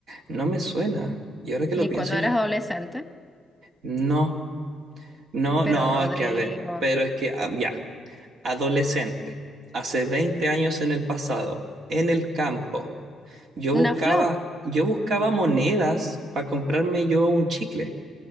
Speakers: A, on the right; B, in the centre.
A: No me suena. Y ahora que lo
B: Ni
A: pienso,
B: cuando
A: yo-
B: eras adolescente,
A: no, no,
B: pero
A: no,
B: Rodrigo.
A: es que a ver, pero es que ah, ya, adolescente, hace 20 años en el pasado, en el campo, yo buscaba,
B: Una flor.
A: yo buscaba monedas para comprarme yo un chicle.